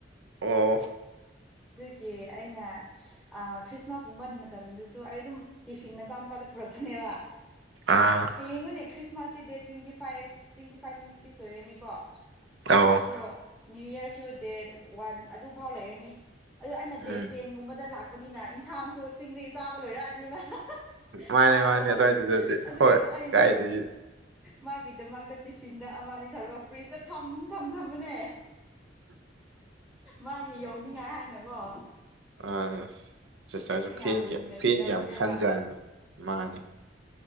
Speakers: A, on the right; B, in the centre.
A: ꯎ
B: ꯀꯦ ꯑꯩꯅ ꯈ꯭ꯔꯤꯁꯃꯥꯁꯀꯨꯝꯕ ꯃꯇꯝꯗꯨꯁꯨ ꯑꯩ ꯑꯗꯨꯝ ꯇꯤꯐꯤꯟ ꯃꯆꯥ ꯃꯆꯥꯗ ꯄꯨꯔꯛꯄꯅꯦꯕ
A: ꯑꯥ
B: ꯍꯉꯅꯦ Christmas date twenty five twenty five twenty six ꯑꯣꯏꯔꯅꯤꯀꯣ
A: ꯑꯧ
B: ꯑꯗꯣ ꯅ꯭ꯌꯨ ꯌꯔꯁꯨ ꯗꯦꯠ ꯋꯥꯟ ꯑꯗꯨꯐꯥꯎ ꯂꯩꯔꯅꯤ ꯑꯗꯨ ꯑꯩꯅ ꯗꯦꯠ
A: ꯎꯝ
B: ꯇꯦꯟꯒꯨꯝꯕꯗ ꯂꯥꯛꯄꯅꯤꯅ ꯏꯟꯁꯥꯡꯁꯨ ꯆꯤꯡꯗꯒꯤ ꯆꯥꯕ ꯂꯣꯏꯔꯛꯑꯅꯦꯕ
A: ꯃꯥꯅꯦ
B: ꯁꯥꯗꯣ
A: ꯃꯥꯅꯦ ꯑꯗꯨꯋꯥꯏꯗꯨꯗꯗꯤ
B: ꯑꯗꯨꯒꯤ
A: ꯍꯣꯏ
B: ꯑꯩ
A: ꯀꯥꯏꯗꯒꯤ
B: ꯃꯥꯒꯤꯗ ꯃꯥꯛꯇ ꯇꯤꯐꯤꯟꯗ ꯑꯃ ꯑꯅꯤ ꯊꯧꯔꯒ ꯐ꯭ꯔꯤꯖꯇ ꯊꯝ ꯊꯝ ꯊꯝꯕꯅꯦ ꯃꯥꯒꯤ ꯌꯧꯅꯤꯡꯉꯥꯏ ꯍꯥꯏꯅꯅꯕꯣ
A: ꯑ ꯁꯤꯁꯇꯔꯁꯨ ꯐꯒ
B: ꯌꯥꯝꯅ ꯂꯨꯅ
A: ꯐꯦꯟꯒꯦ
B: ꯇꯤꯟꯅꯕꯅꯦꯕ
A: ꯌꯥꯝ ꯈꯟꯖ ꯍꯥꯏꯅꯤ ꯃꯥꯅꯤ